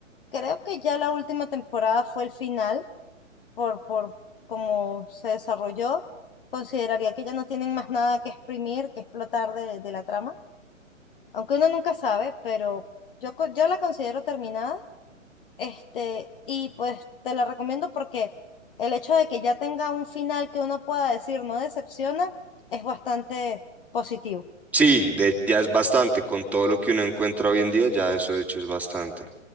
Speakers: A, on the left (about 45°); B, in the centre.
A: Creo que ya la última temporada fue el final por, por cómo se desarrolló, consideraría que ya no tienen más nada que exprimir, que explotar de, de la trama, aunque uno nunca sabe, pero yo, co- yo la considero terminada, este, y pues te la recomiendo porque el hecho de que ya tenga un final que uno pueda decir no decepciona es bastante positivo.
B: Sí, de- ya es bastante. Con todo lo que uno encuentra hoy en día, ya eso de hecho es bastante.